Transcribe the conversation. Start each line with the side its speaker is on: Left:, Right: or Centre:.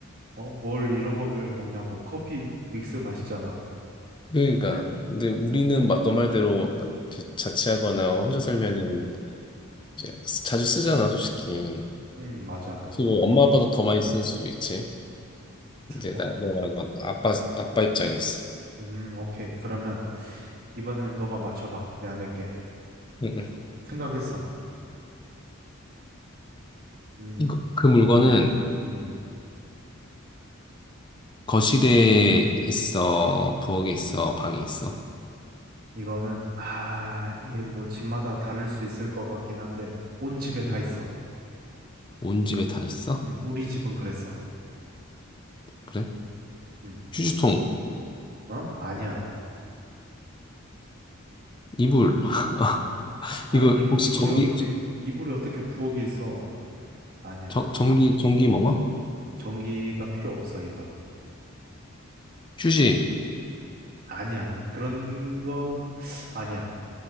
Right: 어, 뭘 이런 거를 먹냐고. 커피 믹스 마시잖아.
Left: 그러니까 근데 우리는 마- 너 말대로 나- 이제 자취하거나 혼자 살면은 이제 쓰- 자주 쓰잖아 솔직히.
Right: 음, 맞아.
Left: 그리고 엄마 아빠도 더 많이 쓸 수도 있지. 이제
Right: 어,
Left: 나 내가 말한 건 아빠 아빠 입장이었어.
Right: 음, 오케이. 그러면 이번엔 너가 맞춰봐. 내가 낼게.
Left: 응, 응.
Right: 생각했어. 음,
Left: 이거- 그 물건은
Right: 음.
Left: 거실에 있어, 부엌에 있어, 방에 있어.
Right: 이거는, 아, 이게 뭐 집마다 다를 수 있을 것 같긴 한데, 온 집에 다
Left: 응.
Right: 있어.
Left: 온 집에 다 있어?
Right: 음, 우리 집은 그랬어.
Left: 그래?
Right: 음,
Left: 휴지통,
Right: 어? 아니야.
Left: 이불. <laughs>
Right: 아,
Left: 이거
Right: 이불,
Left: 혹시
Right: 이불이
Left: 전기
Right: 어떻게, 이불이 어떻게 부엌에 있어. 아니야.
Left: 전- 전기 전기 먹어?
Right: 전기가 필요 없어, 이건.
Left: 휴지.
Right: 아니야. 그런 건 아니야.